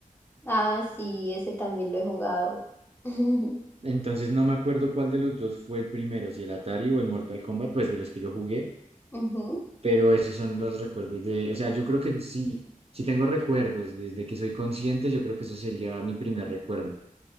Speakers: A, on the left; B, on the right.
A: Ah, sí, ese también lo he jugado. <laughs>
B: Entonces no me acuerdo cuál de los dos fue el primero, si el Atari o el Mortal Kombat, pues de los que yo jugué.
A: Ujú,
B: pero esos son los recuerdos de, o sea, yo creo que eso sí, sí tengo recuerdos desde que soy consciente, yo creo que eso sería mi primer recuerdo,